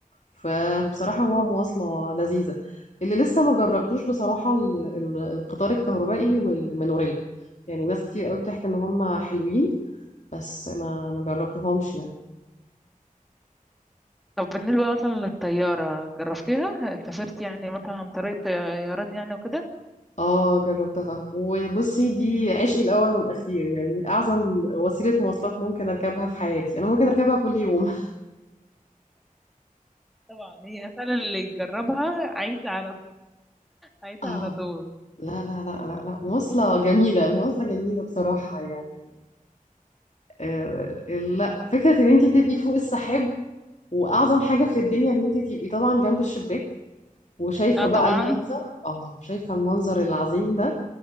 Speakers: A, on the left; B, in the centre.
A: فبصراحة هو مواصلة لذيذة اللي لسه ما جربتوش بصراحة ال- ال- القطار الكهربائي والمونوريل يعني ناس كتير قوي بتحكي ان هم حلوين بس ما ما جربتهمش يعني.
B: طب بالنسبة مثلا للطيارة جربتيها؟ سافرت يعني مثلا عن طريق طيران يعني وكده؟
A: اه جربتها وبصي دي عشقي الاول والاخير يعني اعظم وسيله مواصلات ممكن اركبها في حياتي انا ممكن اركبها كل يوم
B: طبعا هي فعلا اللي يجربها عايشة على
A: <laughs>
B: عايزة
A: اه
B: على طول
A: لا لا لا لا لا مواصله جميله مواصله جميله بصراحه يعني آه لا فكره ان انت تبقي فوق السحاب واعظم حاجه في الدنيا ان انت تبقي طبعا جنب الشباك وشايفه
B: اه
A: بقى
B: طبعا
A: المنظر اه شايفه المنظر العظيم ده